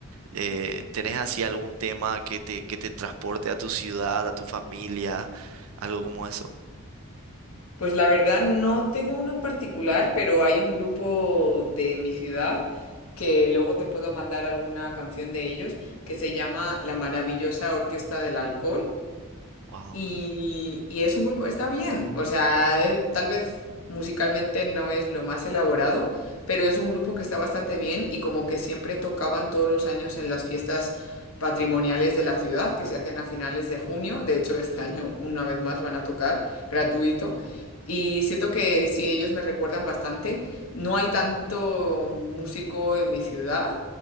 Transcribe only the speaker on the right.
Eh, ¿tenés así algún tema que te, que te transporte a tu ciudad, a tu familia, algo como eso?
Wow.